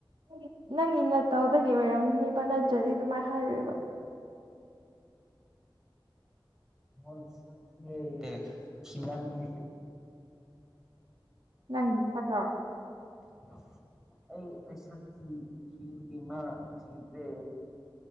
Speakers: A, on the right; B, in the centre.
A: ꯅꯪꯒꯤ ꯅꯪꯒꯤ ꯅꯇꯧꯗꯥꯒꯤ ꯑꯣꯏꯔꯝꯅꯤꯕ ꯅꯠꯇ꯭ꯔꯥꯗꯤ ꯑꯗꯨꯃꯥꯏ ꯍꯥꯏꯔꯣꯏꯕ
B: <unintelligible> ꯊꯤꯃꯟꯕꯒꯤ
A: ꯅꯪꯒꯤ ꯁꯛꯇꯣ
B: <inaudible> ꯑꯩ ꯑꯩ ꯁꯛ ꯊꯤ ꯊꯤꯕꯒꯤ ꯃꯥ ꯅꯨꯡꯁꯤꯗ꯭ꯔꯦ